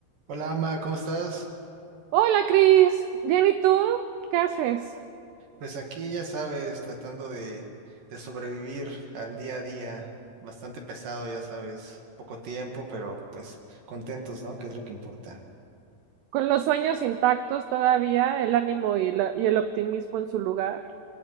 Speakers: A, on the right; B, on the right.
A: Hola, Ama, ¿cómo estás?
B: Hola, Cris. Bien, ¿y tú? ¿Qué haces?
A: Pues aquí ya sabes, tratando de, de sobrevivir al día a día, bastante pesado, ya sabes, poco tiempo, pero pues contentos, ¿no? Que es lo que importa.
B: Con los sueños intactos todavía, el ánimo y, la- y el optimismo en su lugar.